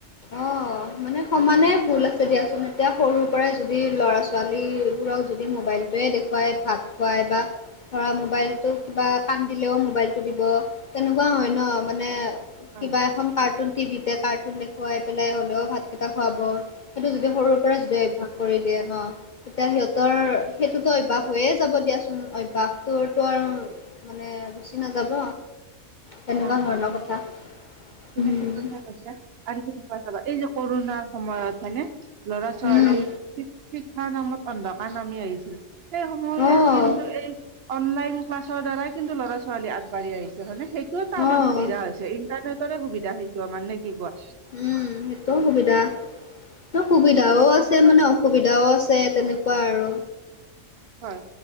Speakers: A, on the left; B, on the right.
A: অ', মানে সমানে ভুল আছে দিয়াচোন এতিয়া সৰুৰ পৰাই যদি ল'ৰা ছোৱালীবোৰক যদি মোবাইলটোয়ে দেখুৱাই ভাত খুৱাই বা ধৰা মোবাইলটো কিবা কান্দিলেও মোবাইলটো দিব তেনেকোৱা হয় ন মানে
B: হয়
A: কিবা এখন কাৰ্টুন টিভিতে কাৰ্টুন দে খোৱাই পেলাই হ'লেও ভাতকেইটা খুৱাব সেইটো যদি সৰুৰ পৰা যদি অভ্যাস কৰি দিয়ে ন তেতিয়া সিহঁতৰ সেইটোতো অভ্যাস হৈয়ে যাব দিয়াচোন অভ্যাসটোৰতো আৰু মানে গুচি নাযাব। তেনেকুৱা
B: হয় হয়
A: ধৰণৰ
B: তুমি
A: কথা
B: তুমি
A: উম
B: ঠিক কথাই কৈছা আৰু কি চাবা এই যে কৰোণাৰ সময়ত হয়নে ল'ৰা ছোৱালীৰ
A: উম
B: শি শিক্ষাৰ নামত অন্ধকাৰ নামি আহিছিল। সেই সময়ত
A: অ',
B: কিন্তু এই অনলাইন ক্লাছৰ দ্বাৰাই কিন্তু ল'ৰা ছোৱালী আগবাঢ়ি আহিছে হয়নে সেইটোওতো
A: অ'।
B: আমাৰ সুবিধা হৈ ছে ইণ্টাৰনেটৰে সুবিধা সেইটো আমাৰ নে কি কোৱা
A: উম সেইটোও সুবিধা ত সুবিধাও
B: চাব
A: আছে
B: গ'লে
A: মানে অ সুবিধাও আছে তেনেকোৱা আৰু।
B: হয়